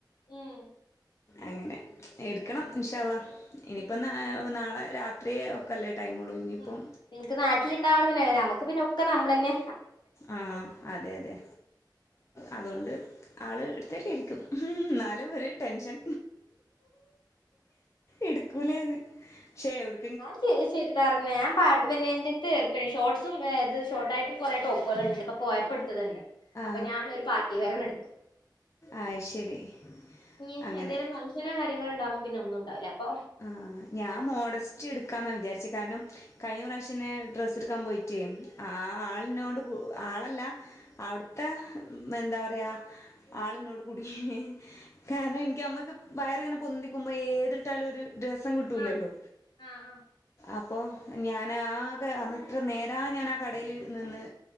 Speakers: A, on the left (about 70°); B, on the left (about 40°).
A: ഉം
B: അങ്ങനെ എടുക്കണം
A: ഉം
B: ഇൻഷാള്ള ഇനിപ്പ
A: ഉം
B: നാളെ രാത്രിയെ ക്കല്ലേ ടൈമുള്ള ഇഞ്ഞി ഇപ്പം
A: ഉം നിങ്ങക്ക് നാട്ടിലണ്ടാവ പിന്നെ നമുക്ക് പിന്നെക്കെ നമ്മള തന്നെ
B: ആ അതെ അതെ അതുകൊണ്ട് ആള് എടുത്തിട്ടായിരിക്കും ഉം എന്നാലും ഒരു ടെൻഷൻ എടുക്കൂലേന്ന് ക്ഷേ എടു
A: ആഹ് ശരി ശരി പറഞ്ഞ ഞാൻ പാട്ട് പിന്നെ എന്റെ പിന്നെ ഷോർട്ട്സും ഇത് ഷോർട്ടായിട്ട് കുറേ ടോപ്പുകളുണ്ട് ഇപ്പൊ പോയപ്പെടുത്തത്ണ്ട്
B: ആ
A: അപ്പൊ ഞാൻ ഒരു പാർട്ടി വേറ് തന്നെ എടുത്തു
B: അത് ശരി
A: ഇനി
B: അങ്ങനെ
A: എന്തേലും ഫംഗ്ഷനോ കാര്യങ്ങണ്ടാവ്മ്പോ പിന്നെ ഒന്നും ഉണ്ടാവില്ല അപ്പൊ
B: ആ ആഞാൻ മോഡസ്റ്റ് ഇടുക്കാന്നാ വിചാരിച്ചത് കാരണം കഴിഞ്ഞ പ്രാവശ്യനെ ഡ്രസ്സ് എടുക്കാൻ പോയിറ്റെ ആ ആളന്നൊണ്ട് ആളല്ല അവിടുത്തെ എന്താ പറയാ ആളിനോട് കൂടി കാരണം എനിക്ക് അമ്മക്ക് വയറിങ്ങനെ പൊന്തിക്കുമ്പോ ഏതിട്ടാലും ഒരു രസം കിട്ടൂലല്ലോ
A: ആഹ് ആഹ് ആഹ്
B: അപ്പോ ഞനാകെ അന്നത്ര നേരാ ഞാൻ ആ കടേൽ നിന്ന്